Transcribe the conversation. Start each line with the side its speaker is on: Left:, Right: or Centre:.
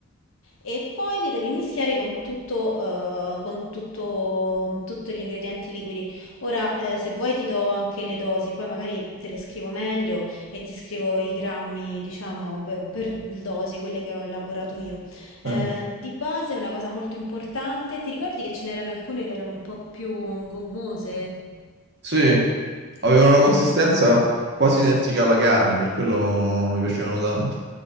Left: E poi li devi mischiare con tutto, eh, con tutto- tutti gli ingredienti liquidi. Ora, eh, se vuoi ti do anche le dosi, poi magari te le scrivo meglio e ti scrivo i grammi, diciamo, per, per dosi, quelle che ho elaborato io. Eh,
Right: ok.
Left: di base, una cosa molto importante, ti ricordi che ce n'erano alcune che erano un po' più gommose?
Right: Sì, avevano una consistenza quasi identica alla carne, per quello mi piacevano tanto.